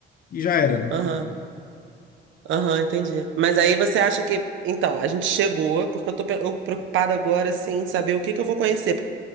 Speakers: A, on the left; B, on the right.
A: e já era, né?
B: Aham. Aham, entendi. Mas aí você acha que. Então, a gente chegou, porque eu tô pe- eu preocupada agora, assim, em saber o que que eu vou conhecer.